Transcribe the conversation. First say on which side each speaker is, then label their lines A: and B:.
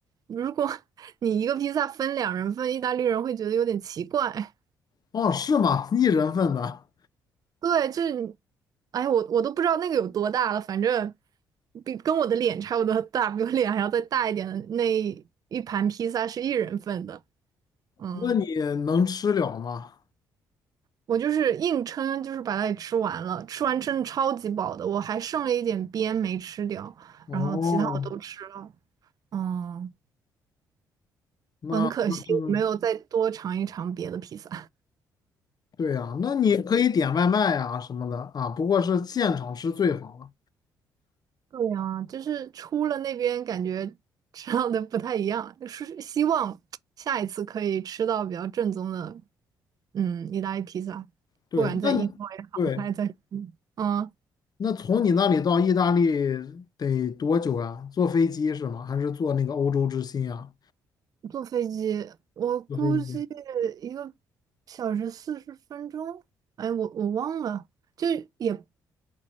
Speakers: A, on the right; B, on the left.
A: 如果 <laughs> 你一个披萨分两人份，意大利人会觉得有点奇怪，
B: 哦，是吗？<laughs> 一人份的，
A: 对，就是你，哎，我我都不知道那个有多大了，反正比跟我的脸差不多大，比我脸还要再大一点的那一盘披萨是一人份的，嗯，
B: 那你能吃了吗？
A: 我就是硬撑，就是把它给吃完了，吃完真的超级饱的，我还剩了一点边没吃掉，
B: 哦，
A: 然后其他我都吃了，嗯，
B: 那那真的挺，
A: 很可惜我没有再多尝一尝别的披萨。
B: 对呀，那你可以点外卖呀什么的啊，不过是现场吃最好了。
A: 对呀，就是出了那边感觉吃到的不太一样，是希望下一次可以吃到比较正宗的，嗯，意大利披萨，
B: 对，
A: 不管在英国也好，
B: 那你对，
A: 还是在，嗯，
B: 那从你那里到意大利得多久呀？坐飞机是吗？还是坐那个欧洲之星呀？
A: 坐飞机，我估计
B: 坐飞机。
A: 一个小时四十分钟，哎，我我忘了，就也